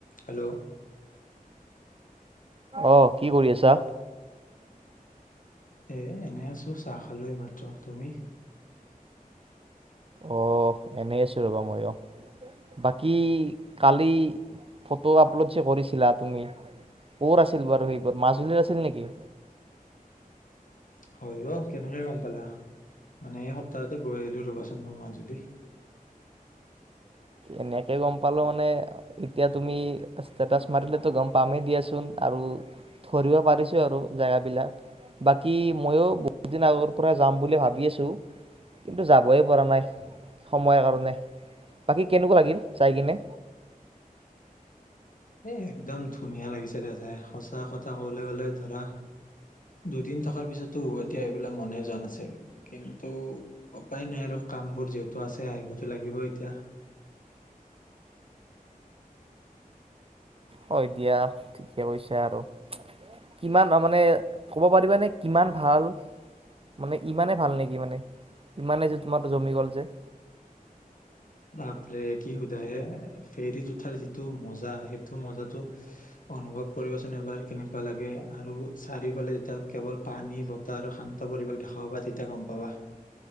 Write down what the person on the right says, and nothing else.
অ কি কৰি আছা
অ এনেই আছো ৰ'বা মই অ বাকী কালি ফটো আপলোড যে কৰিছিলা তুমি কত আছিল বাৰু সেইবোৰ মাজুলীৰ আছিল নেকি
এনেকে গম পালো মানে এতিয়া তুমি ষ্টেটাছ মাৰিলো গম পামেই দিয়াচোন আৰু ধৰিব মানেপাৰিছো আৰু জেগাবিলাক বাকী ময়ো বহুত দিন আগৰ পৰা যাম বুলি ভাবি আছো কিন্তু যাবই পৰা নাই সময়ৰ কাৰণে বাকী কেনেকুৱা লাগিল চাই কিনে
হয় দিয়া ঠিকে কৈছা আৰু কিমান মানে ক'ব পাৰিবাানে কিমান ভাল মানে ইমানে ভাল নেকি মানে ইমানে যে তোমাৰ জমি গ'ল যে